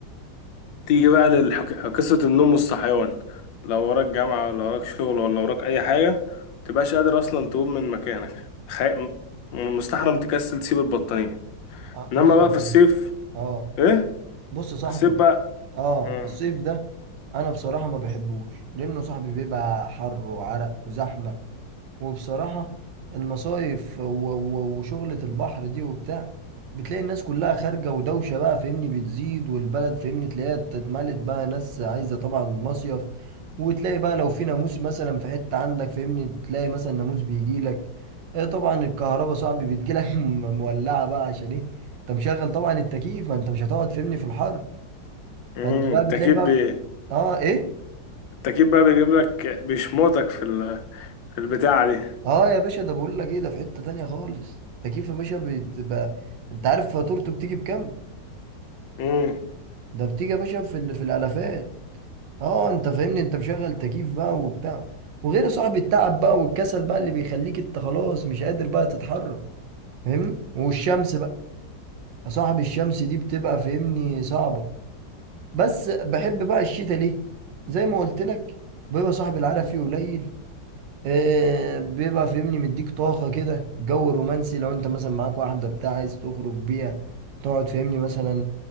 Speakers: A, on the left; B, on the right.
A: تيجي بقى لقصة النوم والصحيان لو وراك جامعة ولا وراك شغل ولا وراك أي حاجة متبقاش قادر أصلا تقوم من مكانك خي... م- مستحرم تكسل تسيب البطانية
B: آه،
A: إنما
B: بص
A: بقى
B: يا صاحبي
A: في الصيف
B: اه
A: إيه؟
B: بص يا صاحبي
A: في الصيف بقى
B: اه
A: مم.
B: الصيف ده انا بصراحه ما بحبوش لانه صاحبي بيبقى حر وعرق وزحمه وبصراحه المصايف و- و- وشغله البحر دي وبتاع بتلاقي الناس كلها خارجه ودوشه بقى فاهمني بتزيد والبلد فاهمني تلاقيها اتملت بقى ناس عايزه طبعا مصيف وتلاقي بقى لو في ناموس مثلا في حته عندك فاهمني تلاقي مثلا ناموس بيجي لك إيه طبعا الكهرباء صاحبي بتجي لك <laughs> مولعه بقى عشان ايه انت مشغل طبعا التكييف ما انت مش هتقعد فاهمني في الحر
A: مم.
B: فانت بقى
A: التكييف
B: بتلاقي بقى
A: بي...
B: في... اه ايه
A: التكييف بقى بيجيب لك بيشمطك في ال... في البتاعة دي
B: اه يا باشا ده بقول لك ايه ده في حتة تانية خالص تكييف يا باشا بتبقى انت عارف فاتورته بتيجي بكام
A: مم.
B: ده بتيجي يا باشا في ال... في الالافات اه انت فاهمني انت مشغل تكييف بقى وبتاع وغير صاحب التعب بقى والكسل بقى اللي بيخليك انت خلاص مش قادر بقى تتحرك فاهمني والشمس بقى يا صاحب الشمس دي بتبقى فاهمني صعبة بس بحب بقى الشتاء ليه زي ما قلت لك بيبقى صاحب العرق فيه قليل آه، بيبقى فاهمني مديك طاقة كده جو رومانسي لو انت مثلا معاك واحدة بتاع عايز تخرج بيها تقعد فاهمني مثلا